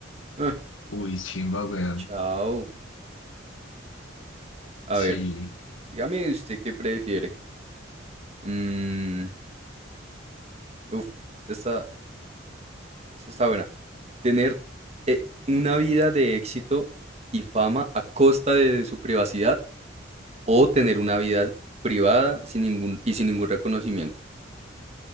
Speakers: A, on the right; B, on the left.
A: Ah,
B: Uy, chimba, weón.
A: chao. A
B: Sí.
A: ver, dígame usted qué prefiere. Mm, uf, esta está, esta está buena. Tener eh, una vida de éxito y fama a costa de su privacidad o tener una vida privada sin ningún, y sin ningún reconocimiento.